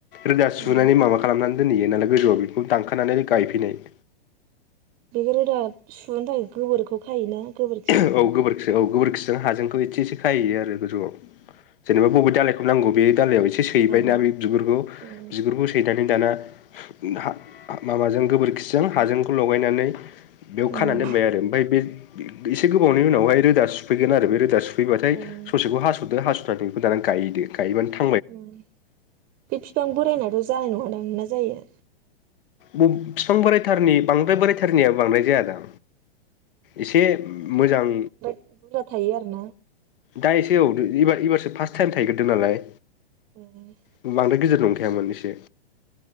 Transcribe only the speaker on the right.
उम
बे रोदा सुनो थाखाय गोबोरखौ खायोना गोबोर
ओं
ओं
उम
ओं
ओं
उम
उम बे फिफां बोरायनायथ' जानाय नङादां ना जायो?
बुना थायो आरो ना?
<inaudible>